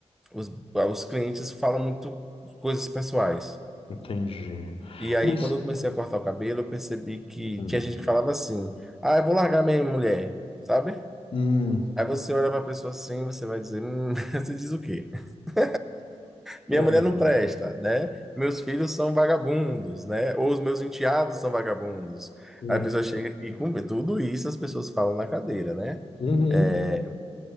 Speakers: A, in the centre; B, on the left.
A: os, os clientes falam muito coisas pessoais.
B: entendi.
A: E aí,
B: Mas
A: quando eu comecei a cortar o cabelo, eu percebi que
B: hum,
A: tinha gente que falava assim: Ah, eu vou largar minha mulher, sabe?
B: hum,
A: Aí você olha para a pessoa assim, você vai dizer: hum, <laughs> você diz o quê? <laughs> Minha
B: é, é.
A: mulher não presta, né? Meus filhos são vagabundos, né? Ou os meus enteados são vagabundos.
B: hum,
A: Aí a pessoa chega e com tudo isso as pessoas falam na cadeira, né?
B: uhum.
A: É,